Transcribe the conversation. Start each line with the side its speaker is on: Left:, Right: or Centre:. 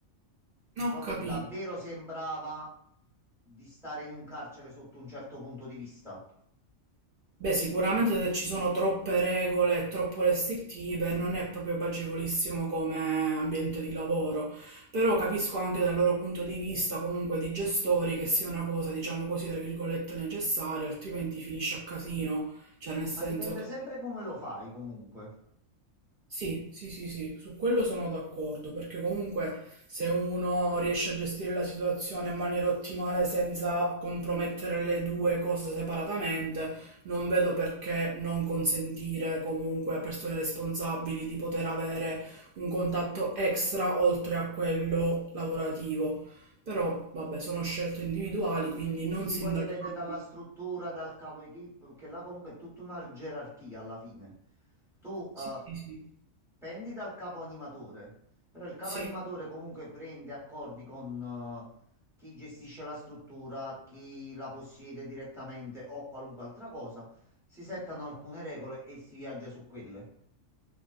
Right: No,
Centre: Proprio
Right: Ho capito.
Centre: davvero sembrava di stare in un carcere sotto un certo punto di vista.
Right: Beh, sicuramente se ci sono troppe regole e troppo restrittive non è proprio piacevolissimo come ambiente di lavoro, però capisco anche dal loro punto di vista comunque di gestori che sia una cosa, diciamo così, tra virgolette necessaria, altrimenti finisce a casino, cioè nel
Centre: Ma
Right: senso
Centre: dipende
Right: che
Centre: sempre come lo fai, comunque.
Right: sì, sì, sì, sì, su quello sono d'accordo, perché comunque se uno riesce a gestire la situazione in maniera ottimale senza compromettere le due cose separatamente, non vedo perché non consentire comunque a persone responsabili di poter avere un contatto extra oltre a quello lavorativo. Però, vabbè, sono scelte individuali, quindi non
Centre: Sì,
Right: sindachiamo.
Centre: poi dipende dalla struttura, dal capo equip, perché là comunque è tutta una gerarchia alla fine. Tu eh,
Right: Sì, sì, sì.
Centre: pendi dal capo animatore, però il capo
Right: Sì.
Centre: animatore comunque prende accordi con eh, chi gestisce la struttura, chi la possiede direttamente o qualunque altra cosa. Si settano alcune regole e si viaggia su quelle.